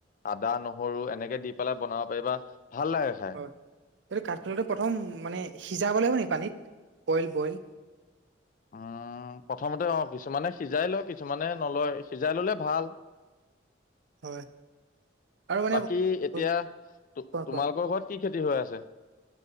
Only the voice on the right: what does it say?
হয় এইটো কাঠফুলটো প্ৰথম মানে সিজাব লাগিব নি পানীত বইল বইল।
হয় আৰু মানে
কোৱা
কোৱা